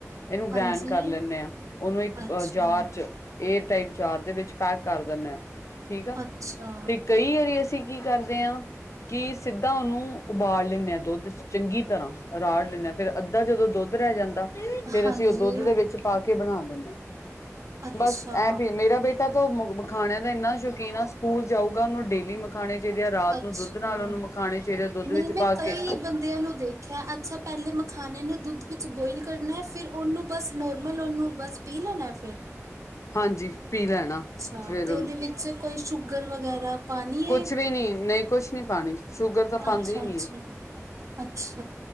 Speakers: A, on the left; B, on the right.
A: ਇਹਨੂੰ ਗ੍ਰੈਂਡ
B: ਹਾਂਜੀ
A: ਕਰ ਲੈਂਦੇ ਆ ਉਹਨੂੰ ਇੱਕ
B: ਅੱਛਾ
A: ਜਾਰ ਚ ਏਅਰਟਾਈਟ ਜਾਰ ਦੇ ਵਿੱਚ ਪੈਕ ਕਰ ਦਿੰਦੇ ਆ। ਠੀਕ ਆ
B: ਅੱਛਾ
A: ਤੇ ਕਈ ਵਾਰੀ ਅਸੀਂ ਕੀ ਕਰਦੇ ਹਾਂ ਕਿ ਸਿੱਧ ਅੱਧਾ ਉਹਨੂੰ ਉਬਾਲ ਲੈਂਦੇ ਹਾਂ ਦੁੱਧ ਚ ਚੰਗੀ ਤਰ੍ਹਾਂ ਰਾੜ ਲੈਂਦੇ ਹਾਂ ਫੇਰ ਅੱਧਾ ਜਦੋਂ ਦੁੱਧ ਰਹਿ ਜਾਂਦਾ ਫੇਰ
B: ਹਾਂਜੀ
A: ਅਸੀਂ ਉਹ ਦੁੱਧ ਦੇ ਵਿੱਚ ਪਾ ਕੇ ਬਣਾ ਦਿੰਦੇ ਹਾਂ।
B: ਅੱਛਾ
A: ਬਸ ਐਂ ਵੀ ਮੇਰਾ ਬੇਟਾ <unintelligible> ਮਖਾਣਿਆਂ ਦਾ ਇੰਨਾ ਸ਼ੌਕੀਨ ਆ ਸਕੂਲ ਜਾਊਗਾ ਉਹਨੂੰ ਡੇਲੀ ਮਖਾਣੇ ਚਾਹੀਦੇ ਆ ਰਾਤ
B: ਅੱਛਾ
A: ਨੂੰ ਦੁੱਧ ਨਾਲ ਉਹਨੂੰ ਮਖਾਣੇ ਚਾਹੀਦੇ ਆ ਦੁੱਧ
B: ਨਹੀਂ
A: ਵਿੱਚ
B: ਮੈਂ
A: ਪਾ
B: ਕਈ
A: ਕੇ
B: ਬੰਦਿਆਂ ਨੂੰ ਦੇਖਿਆ ਅੱਛਾ ਪਹਿਲੇ ਮਖਾਣੇ ਨੂੰ ਦੁੱਧ ਵਿੱਚ ਬੋਇਲ ਕਰਨਾ ਫਿਰ ਉਹਨੂੰ ਬਸ ਨੋਰਮਲ ਉਹਨੂੰ ਬਸ ਪੀਹ ਲੈਣਾ ਫਿਰ
A: ਹਾਂਜੀ। ਪੀ ਲੈਣਾ
B: ਅੱਛਾ
A: ਫੇਰ
B: ਤੇ
A: ਉਹਨੂੰ
B: ਉਹਦੇ ਵਿੱਚ ਕੋਈ ਸ਼ੂਗਰ ਵਗੈਰਾ ਪਾਣੀ ਹੈ
A: ਕੁਛ ਵੀ ਨਹੀਂ ਨਹੀਂ ਕੁਛ ਨਹੀਂ ਪਾਨੀ ਸ਼ੂਗਰ ਤਾਂ ਪਾਉਂਦੇ
B: ਅੱਛਾ
A: ਹੀ ਨਹੀਂ
B: ਅੱਛਾ
A: ਆ।
B: ਅੱਛਾ।